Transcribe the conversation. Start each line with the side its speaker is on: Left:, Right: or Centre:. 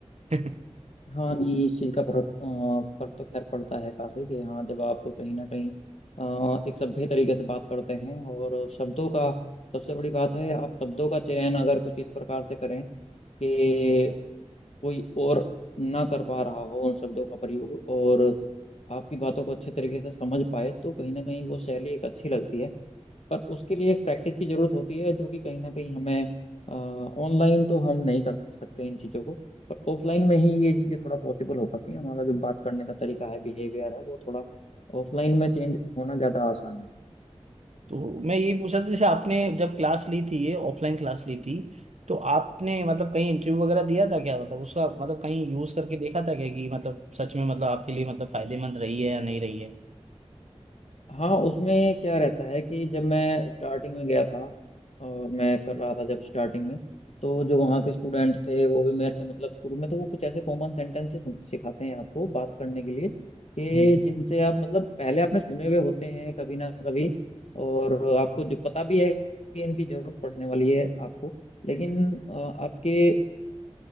Right: <laughs>
Left: हाँ नहीं इस चीज़ का फर्क अ, फर्क तो खैर पड़ता है काफ़ी कि हाँ जब आप कहीं ना कहीं अ, एक सभ्य तरीके से बात करते हैं और शब्दों का सबसे बड़ी बात है आप शब्दों का चयन अगर कुछ इस प्रकार से करें कि कोई और ना कर पा रहा हो उन शब्दों का प्रयोग और आपकी बातों को अच्छे तरीके से समझ पाए तो कहीं ना कहीं वो शैली एक अच्छी लगती है पर उसके लिए एक प्रैक्टिस की जरूरत होती है जो कि कहीं ना कहीं हमें ऑनलाइन तो हम नहीं कर सकते इन चीज़ों को पर ऑफलाइन में ही ये चीज़ें थोड़ा पॉसिबल हो पाती हैं हमारा जो बात करने का तरीका है बिहेवियर है वो थोड़ा ऑफलाइन में चेंज होना ज़्यादा आसान है
Right: तो मैं यही पूछ रहा था जैसे आपने जब क्लास ली थी ये ऑफलाइन क्लास ली थी तो आपने मतलब कहीं इंटरव्यू वगैरह दिया था क्या मतलब उसका मतलब कहीं यूज करके देखा था क्या कि मतलब सच में मतलब आपके लिए मतलब फायदेमंद रही है या नहीं रही है
Left: हाँ उसमें क्या रहता है कि जब मैं स्टार्टिंग में गया था और मैं कर रहा था जब स्टार्टिंग में तो जो वहाँ के स्टूडेंट थे वो भी मेरे से मतलब शुरू में तो वो कुछ ऐसे कॉमन सेंटेंसेस सिखाते हैं आपको बात करने के लिए कि
Right: हम्म
Left: जिनसे आप मतलब पहले आपने सुने हुए होते हैं कभी ना कभी और आपको जो पता भी है कि इनकी जरूरत पड़ने वाली है आपको लेकिन अ, आपके